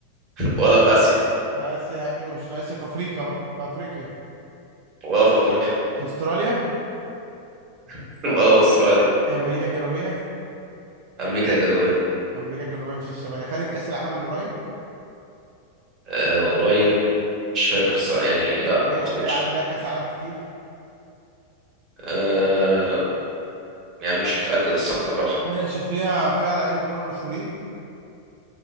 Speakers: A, on the right; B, on the right.
A: ولا
B: آه
A: في اسيا
B: في اسيا يعني ومش في اسيا في افريقيا بقى في افريقيا
A: ولا في افريقيا
B: في استراليا
A: <laughs> ولا في استراليا
B: هي امريكا الجنوبية
A: امريكا الجنوبيه
B: امريكا الجنوبية مش الشمالية خدت كاس العالم من قريب
A: أه قريب مش فاكر الصراحه يعني لا
B: هي,
A: ما اعتقدش
B: هي عندها كاس عالم كتير
A: أه يعني مش متاكد الصراحه
B: ماشي فيها فيها لعيبه كوره مشهورين